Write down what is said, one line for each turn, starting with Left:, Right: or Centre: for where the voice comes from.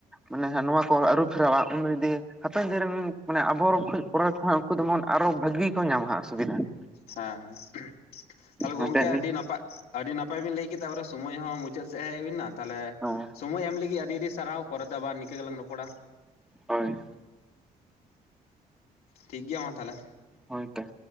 Centre: ᱚᱱᱮ ᱦᱟᱸᱜ ᱱᱚᱣᱟ ᱠᱚ ᱟᱹᱨᱩ ᱯᱷᱮᱨᱟᱣᱟ ᱩᱱ ᱫᱤᱭᱮ ᱦᱟᱯᱮᱱ ᱫᱤᱱ ᱨᱮᱱ ᱢᱟᱱᱮ ᱟᱵᱚ ᱯᱚᱨᱮ ᱠᱷᱚᱱᱟᱜ ᱩᱱᱠᱩ ᱫᱚ ᱢᱚᱱ ᱟᱨᱚ ᱵᱷᱟᱹᱜᱤ ᱜᱮ ᱠᱚ ᱧᱟᱢᱟ ᱦᱟᱸᱜ ᱥᱩᱵᱤᱫᱷᱟ ᱾
Left: ᱦᱮᱸ ᱦᱮᱸ ᱛᱟᱦᱚᱞᱮ
Centre: ᱱᱚᱛᱮ
Left: ᱜᱚᱝᱠᱮ ᱟᱹᱰᱤ ᱱᱟᱯᱟ ᱟᱹᱰᱤ ᱱᱟᱯᱟᱭ ᱵᱤᱱ ᱞᱟᱹᱭ ᱠᱮᱫᱟ ᱛᱟᱨ ᱯᱚᱨᱮ ᱥᱚᱢᱚᱭ ᱦᱚᱸ ᱢᱩᱪᱟᱹᱫ ᱥᱮᱫ ᱦᱮᱡ ᱦᱩᱭ ᱮᱱᱟ ᱛᱟᱦᱚᱞᱮ
Centre: ᱦᱳᱭ
Left: ᱥᱳᱢᱚᱭ ᱮᱢ ᱞᱟᱹᱜᱤᱫ ᱟᱹᱰᱤ ᱟᱹᱰᱤ ᱥᱟᱨᱦᱟᱣ ᱯᱚᱨᱮ ᱛᱮ ᱟᱵᱟᱨ ᱱᱤᱠᱟᱹ ᱜᱮᱞᱟᱝ ᱨᱚᱯᱚᱲ-ᱟ᱾
Centre: ᱦᱳᱭ
Left: ᱴᱷᱤᱠ ᱜᱮᱭᱟ ᱢᱟ ᱛᱟᱦᱚᱞᱮ᱾
Centre: ᱦᱳᱭ ᱜᱮ,